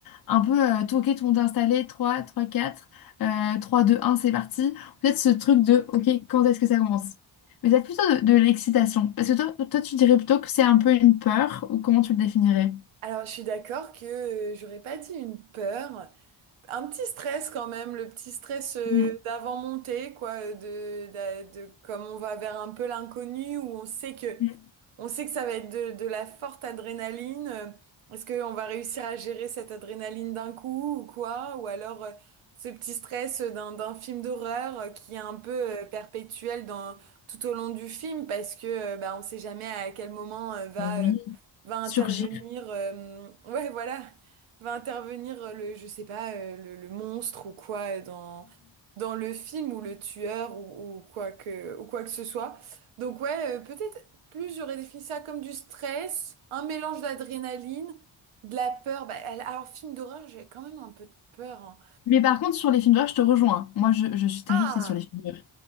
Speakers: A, on the left; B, on the right.
A: un peu, euh, tout, ok, tout le monde est installé, trois, trois, 4, euh, 3, 2, 1, c'est parti. Peut-être ce truc de, ok, quand est-ce que ça commence? Mais ça va être plutôt de, de l'excitation. Parce que toi, toi, tu dirais plutôt que c'est un peu une peur, ou comment tu le définirais?
B: Alors, je suis d'accord que euh, j'aurais pas dit une peur, un petit stress quand même, le petit stress euh,
A: Mm,
B: d'avant montée, quoi, euh, de, d'a- de, comme on va vers un peu l'inconnu où on sait que
A: mm,
B: on sait que ça va être de, de la forte adrénaline. Euh, Est-ce qu'on va réussir à gérer cette adrénaline d'un coup ou quoi? Ou alors euh, ce petit stress d'un, d'un film d'horreur euh, qui est un peu euh, perpétuel dans, tout au long du film parce que euh, bah, on sait jamais à quel moment euh, va,
A: mm. Oui.
B: euh, va intervenir.
A: Surgir.
B: euh, ouais, voilà. Va intervenir euh, le, je sais pas, euh, le, le monstre ou quoi euh, dans, dans le film ou le tueur ou, ou quoi que, ou quoi que ce soit. Donc ouais, euh, peut-être. Plus j'aurais défini ça comme du stress, un mélange d'adrénaline, de la peur. Bah, elle- alors, film d'horreur, j'ai quand même un peu de peur. hein.
A: Mais par contre, sur les films d'horreur, je te rejoins. Moi, je, je suis terrifiée
B: Ah,
A: sur les films d'horreur.